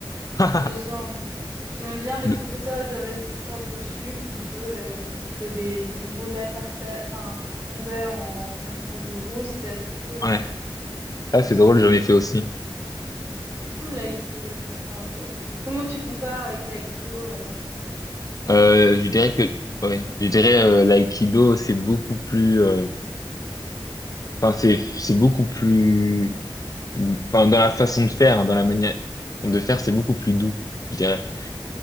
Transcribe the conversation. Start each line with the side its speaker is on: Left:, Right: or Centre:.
Right: pendant
Left: <laughs>
Right: deux ans. J'aimais bien les professeurs,
Left: De-
Right: ils avaient cette sorte de jupe un peu et tu faisais des, tu roulais par terre, enfin tu tombais en faisant une sorte de roue, c'était assez cool.
Left: ouais. Ah,
Right: Donc,
Left: c'est
Right: tu
Left: drôle,
Right: devais,
Left: j'en
Right: co-
Left: ai fait aussi.
Right: c'est cool l'aïkido aussi, c'est un peu. Comment tu compares avec l'aïkido alors euh,
Left: Euh,
Right: pour le kung
Left: je dirais
Right: fu?
Left: que ouais, je dirais euh, l'aïkido c'est beaucoup plus euh, enfin c'est c'est beaucoup plus enfin dans la façon de faire, hein, dans la manière de faire, c'est beaucoup plus doux, je dirais